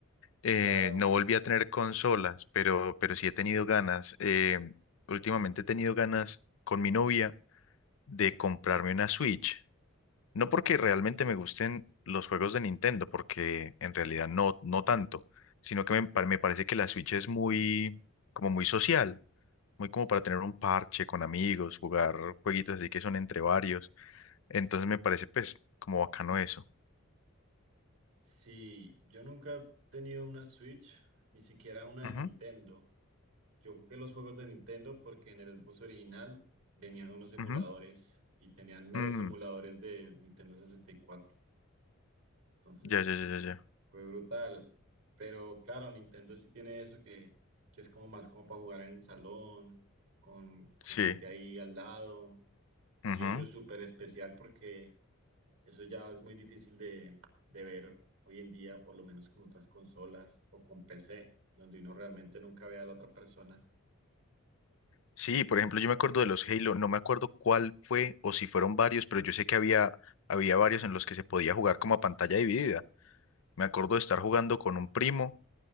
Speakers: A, on the left (about 65°); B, on the right (about 80°).
A: Eh,
B: Claro.
A: no volví a tener consolas, pero, pero sí he tenido ganas. eh, últimamente he tenido ganas con mi novia de comprarme una Switch. No porque realmente me gusten los juegos de Nintendo, porque en realidad no, no tanto, sino que me, pa- me parece que la Switch es muy, como muy social, muy como para tener un parche con amigos, jugar jueguitos así que son entre varios. Entonces me parece pues como bacano eso.
B: Sí, yo nunca he tenido una Switch, ni siquiera una
A: Ujú,
B: de Nintendo. Yo jugué los juegos de Nintendo porque en el Xbox original venían unos emuladores
A: ujú,
B: y tenían meros
A: mm,
B: emuladores de Nintendo 64. Entonces
A: ya, ya, ya, ya. ya.
B: fue brutal. Pero claro, Nintendo sí tiene eso que, que es como más como para jugar en salón, con, con
A: Sí.
B: gente ahí al lado.
A: ujú.
B: Y eso es súper especial porque eso ya es muy difícil de, de ver hoy en día, por lo menos con otras consolas o con PC, donde uno realmente nunca ve a la otra persona.
A: Sí, por ejemplo, yo me acuerdo de los Halo, no me acuerdo cuál fue o si fueron varios, pero yo sé que había, había varios en los que se podía jugar como a pantalla dividida. Me acuerdo de estar jugando con un primo,